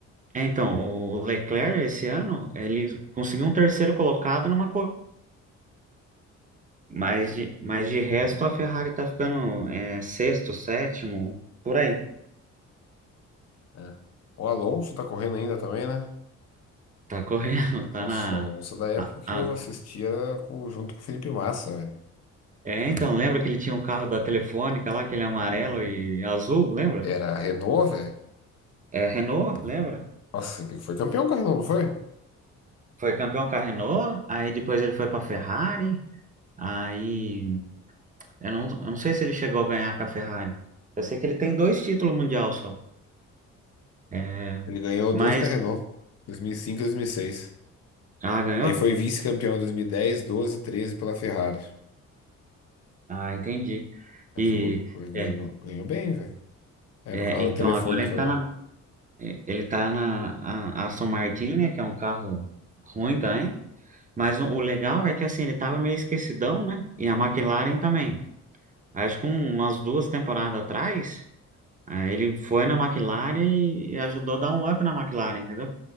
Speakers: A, on the right (about 25°); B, on the left (about 55°).
A: é, então, o Leclerc, esse ano, ele conseguiu um terceiro colocado numa corrida. Mas de, mas de resto, a Ferrari tá ficando é, sexto, sétimo, por aí.
B: É. O Alonso tá correndo ainda também, né?
A: Tá correndo, <laughs> tá
B: Nossa,
A: na.
B: o Alonso é da época
A: a-
B: que
A: a-
B: eu assistia com- junto com o Felipe Massa, velho.
A: É, então, lembra que ele tinha um carro da Telefônica lá, aquele amarelo e azul, lembra?
B: Era a Renault, velho.
A: É, Renault, lembra?
B: Nossa, ele foi campeão com a Renault, não foi?
A: Foi campeão com a Renault, aí depois ele foi pra Ferrari, aí eu não, eu não sei se ele chegou a ganhar com a Ferrari. Eu sei que ele tem dois títulos mundial só. É,
B: Ele ganhou
A: mas,
B: dois com a Renault, 2005 e 2006.
A: ah, ganhou?
B: Aí foi vice-campeão em 2010, 12 e 13 pela Ferrari.
A: Ah, entendi.
B: Aí
A: E,
B: jogou, foi- ganhou,
A: é,
B: ganhou bem, velho. Era
A: é,
B: o carro
A: então,
B: da Telefônica
A: agora ele tá
B: mesmo.
A: na, ele tá na a- Aston Martin, né, que é um carro ruim também. Mas o, o legal é que assim, ele estava meio esquecidão, né? E a McLaren também. Acho que um- umas duas temporadas atrás, aí ele foi na McLaren e, e ajudou a dar um up na McLaren, entendeu?